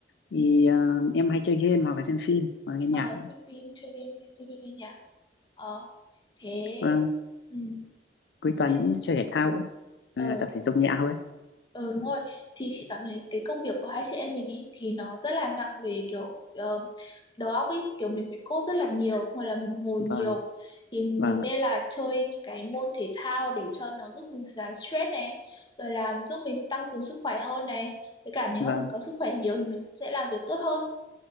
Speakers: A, on the left; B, on the left.
A: thì ờ, em hay chơi game hoặc là xem phim hoặc là nghe nhạc
B: ờ,
A: ấy.
B: xem phim chơi game nghe xem phim nghe nhạc ờ thế
A: Ờ,
B: ừ
A: cuối tuần
B: thế
A: những chơi thể thao ấy ờ,
B: ờ
A: tập
B: đúng
A: thể dục
B: rồi
A: nhẹ thôi ấy.
B: ờ đúng rồi thì chị cảm thấy cái công việc của hai chị em mình ấy thì nó rất là nặng về kiểu ờ, đầu óc ấy kiểu mình phải code rất là nhiều hoặc là mình ngồi
A: vâng
B: nhiều thì mình
A: vâng
B: nên
A: ạ.
B: là chơi những cái môn thể thao để cho nó giúp mình giải stress này rồi làm giúp mình tăng cường sức khỏe hơn này với cả nếu
A: vâng
B: mà mình có sức khỏe nhiều thì mình sẽ làm việc tốt hơn